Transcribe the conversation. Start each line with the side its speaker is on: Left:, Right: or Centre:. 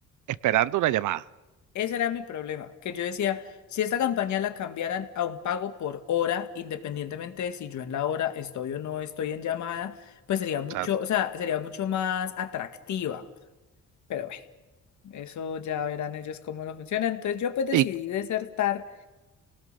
Right: esperando una llamada.
Left: ese era mi problema, que yo decía, si esta campaña la cambiaran a un pago por hora, independientemente de si yo en la hora estoy o no estoy en llamada, pues sería
Right: O
Left: mucho,
Right: sea,
Left: o sea, sería mucho más atractiva, pero bueno. Eso ya verán ellos cómo lo funciona. Entonces yo pues decidí
Right: y,
Left: desertar